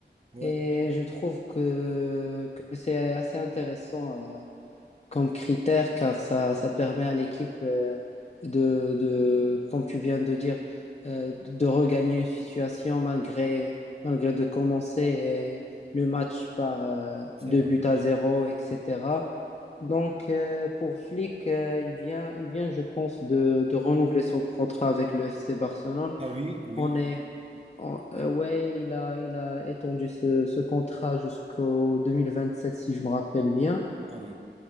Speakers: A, on the right; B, on the left.
A: Ouais,
B: et je trouve que, que c'est assez intéressant. euh, comme critère car ça, ça permet à l'équipe euh, de, de, comme tu viens de dire, euh, de regagner une situation malgré, malgré de commencer euh, le match par euh,
A: c'est
B: deux
A: vrai.
B: buts à zéro, etc. Donc euh, pour Flick, euh, il vient, il vient, je pense, de, de renouveler son contrat avec le FC Barcelone.
A: Ah oui, oui,
B: On est, on- euh, ouais, il a, il a étendu ce, ce contrat jusqu'au 2027, si je me rappelle bien.
A: ah oui.